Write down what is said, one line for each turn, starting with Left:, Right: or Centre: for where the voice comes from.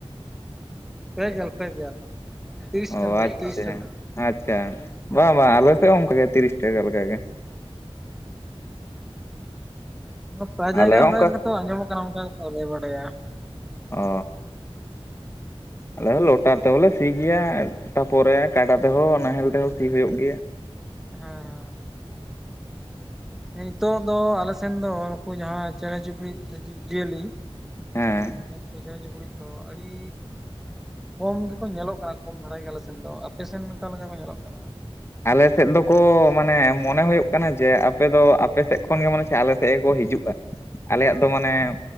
Centre: ᱯᱮ ᱜᱮᱞ, ᱯᱮ ᱜᱮᱞ ᱛᱤᱨᱤᱥ
Left: ᱚ
Centre: ᱴᱟᱠᱟ
Left: ᱟᱪᱪᱷᱟ
Centre: ᱛᱤᱨᱤᱥ ᱴᱟᱠᱟ ᱾
Left: ᱟᱪᱪᱷᱟ, ᱵᱟᱝ ᱵᱟᱝ ᱟᱞᱮ ᱥᱮᱫ ᱦᱚᱸ ᱚᱱᱠᱟ ᱜᱮ ᱛᱤᱨᱤᱥ ᱴᱟᱠᱟ ᱞᱮᱠᱟ ᱜᱮ ᱾
Centre: ᱦᱮᱸ, ᱯᱮ
Left: ᱟᱞᱮ
Centre: ᱡᱟᱭᱜᱟ
Left: ᱦᱚᱸ
Centre: ᱚᱱᱠᱟ ᱜᱮᱛᱚ ᱟᱸᱡᱚᱢᱚᱜ ᱠᱟᱱᱟ ᱚᱱᱠᱟ ᱜᱮ ᱾ ᱟᱞᱮ ᱵᱟᱰᱟᱭᱟᱼᱼ
Left: ᱚ ᱟᱞᱮ ᱞᱚᱴᱟᱨ ᱛᱮᱦᱚᱸ ᱞᱮ ᱥᱤ ᱜᱮᱭᱟ, ᱛᱟᱯᱚᱨᱮ ᱠᱟᱰᱟ ᱛᱮᱦᱚᱸ ᱱᱟᱦᱮᱞ ᱛᱮᱦᱚᱸ ᱥᱤ ᱦᱩᱭᱩᱜ ᱜᱮᱭᱟ ᱾
Centre: ᱦᱮᱸ ᱦᱮᱸ ᱾ <inaudible> ᱱᱤᱛᱚᱜ ᱫᱚ ᱟᱞᱮ ᱥᱮᱱ ᱫᱚ ᱱᱩᱠᱩ ᱡᱟᱦᱟᱸ ᱪᱮᱬᱮ ᱪᱤᱯᱲᱤᱫ ᱥᱮ ᱡᱤᱵᱽᱼᱡᱤᱭᱟᱹᱞᱤᱼᱼ
Left: ᱦᱮᱸ
Centre: ᱦᱮᱸ ᱾ ᱪᱮᱬᱮ ᱪᱩᱯᱲᱩᱪ ᱫᱚ ᱟᱹᱰᱤᱻ ᱠᱚᱢ ᱜᱮᱠᱚ ᱧᱮᱞᱚᱜ ᱠᱟᱱᱟ ᱠᱚᱢ ᱫᱷᱟᱨᱟ ᱜᱮ ᱟᱞᱮ ᱥᱮᱱ ᱫᱚ ᱾ ᱯᱮᱥᱮᱱᱴ ᱚᱠᱟ ᱞᱮᱠᱟ ᱠᱚ ᱧᱮᱞᱚᱜ ᱠᱟᱱᱟ ᱾
Left: ᱟᱞᱮ ᱥᱮᱫ ᱫᱚᱠᱚ ᱢᱟᱱᱮ ᱢᱚᱱᱮ ᱦᱩᱭᱩᱜ ᱠᱟᱱᱟ ᱡᱮ, ᱟᱯᱮ ᱫᱚ ᱟᱯᱮ ᱥᱮᱫ ᱠᱷᱚᱱ ᱜᱮ ᱢᱟᱱᱮ ᱪᱮᱫ ᱟᱞᱮ ᱥᱮᱫ ᱜᱮᱠᱚ ᱦᱤᱡᱩᱜᱼᱟ ᱾ ᱟᱞᱮᱭᱟᱜ ᱫᱚ ᱢᱟᱱᱮ ᱼᱼ